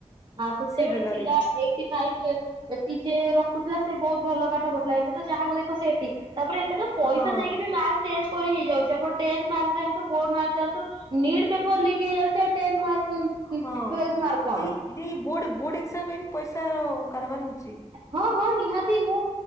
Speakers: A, on the right (about 40°); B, on the left (about 25°).
A: ଆଉ ସେତେବେଳେ
B: ସେ ବେଲରେ
A: ଥିଲା ଏଇଟି ଫାଇଭ୍ ଏଠି ଯିଏ ରଖୁଥିଲା ସେ ବହୁତ୍ ଭଲ ପାଠ ପଢୁଥିଲା ଏବେ ତ ଯାହାକୁ ଦେଖ ସେ ଏଠି ତାପରେ ଏବେ ତ ପଇସା
B: ହଁ
A: ଦେଇକି ବି ମାର୍କ ଚେଞ୍ଜ କରି ହେଇଯାଉଛି ଆପଣ ଟେନ୍ତଃ ମାର୍କ ଯଆନ୍ତୁ ବୋର୍ଡ ମାର୍କ ଯାଆନ୍ତୁ ନିଟ୍ ପେପର ଲିକ ହେଇଯାଉଚି ଆଉ ଟେନ୍ତଃ ମାର୍କ
B: ହଁ
A: ଟୁଏଲ୍ଥ ମାର୍କ କଣ
B: ଯେ ଯେ ବୋର୍ଡ ଏକ୍ସାମରେ ବି ପଇସାର କାରବାର ହଉଚି।
A: ହଁ ହଁ ନିହାତି ମୁଁ